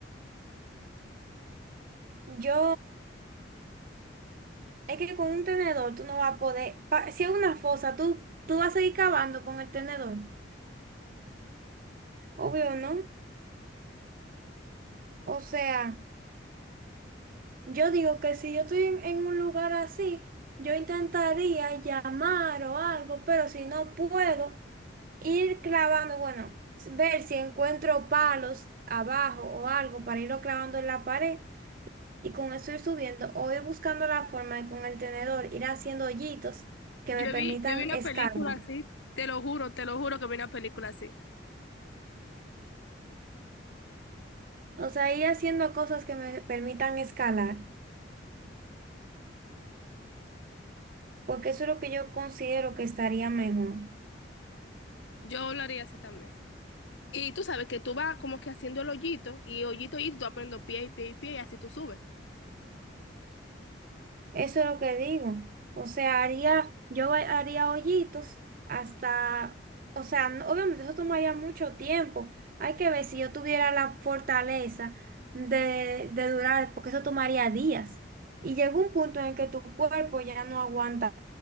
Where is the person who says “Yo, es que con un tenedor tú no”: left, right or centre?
Right